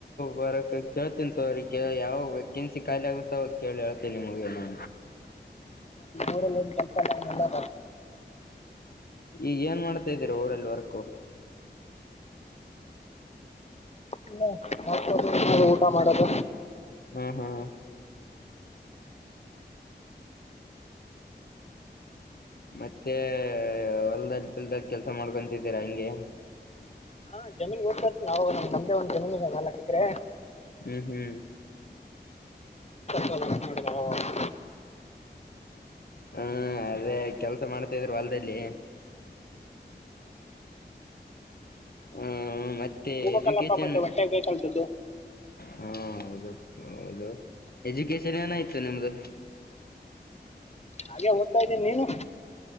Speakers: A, on the left (about 60°); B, on the left (about 35°).
A: ಬರ ಕೇಳ್ತೀನಿ ತ ಅವ್ರ ಯಾವ ವೆೇಕೆನ್ಸಿ ಖಾಲಿ ಆಗುತ್ತ ಅವಾಗ ಕೇಳಿ ಹೇಳ್ತಿ ನಿಮಗ ಏನ
B: ಊರಲ್ಲ ಕ ನಲ್ಲಾ
A: ಈಗ ಏನ್ ಮಾಡ್ತಾ ಇದ್ದೀರ ಊಡಲ್ಲಿ ವರ್ಕ್ು
B: ಇಲ್ಲ ಮತ್ತ ಊಟ ಮಾಡದು
A: ಹ್ಮ್ ಹ್ಮ್ ಮತ್ತೆ ಹೊಲ್ದದ ಬಿಲ್ದ ಕೆಲ್ಸ ಮಾಡ್ಕೊಂತಿದ್ದೀರಾ ಹಂಗೆ
B: ಹಾ ಜಮೀನ್ ಹೋಗ್ಬೇಕತತಿ ನಾವಾಗ ನಮ ನಮ್ದೇ ಒಂದ ಜಮೀನು ಅಾಕ್ಕಕ್ರೆ
A: ಹ್ಮ್ ಹ್ಮ್
B: ಮಾಡೋದು ಅವಾಗ
A: ಹ್ಮ ಅದೇ ಕೆಲ್ಸ ಮಾಡ್ತಾ ಇದ್ರು ಹೊಲ್ದಲ್ಲಿ ಹ್ಮ ಮತ್ತೆ
B: ಹೋಗಬೇಕಲ್ಲಪ್ಪ
A: ಎಜುಕೇಶನ್
B: ಮತ್ತೆ ಹೊಟ್ಟೆ ಬೇಕಲ್ಲ ದುಡ್ಡು
A: ಹಾ ಹೌದು ಹೌದು ಎಜುಕೇಶನ್ ಏನಾಯ್ತು ನಿಮ್ದು
B: ಹಾಗೆ ಓದ್ತಾ ಇದ್ದೇನೆಿ ನೀನು